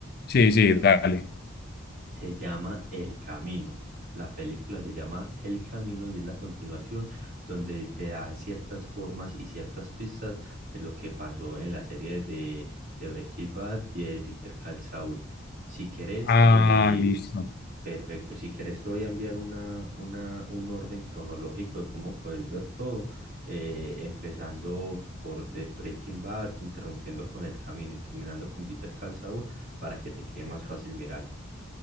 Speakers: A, on the left (about 50°); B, on the right (about 50°).
A: Sí, sí, dale.
B: Se llama El Camino. La película se llama El Camino y es la continuación donde te da ciertas formas y ciertas pistas de lo que pasó en la serie de, de Breaking Bad y de Better Call Saul. Si quieres,
A: Ah,
B: eh,
A: listo.
B: perfecto. Si quieres, te voy a enviar una, una, un orden cronológico de cómo puedes ver todo, eh, empezando por The Breaking Bad, interrumpiendo con El Camino y terminando con Better Call Saul para que te quede más fácil mirarla.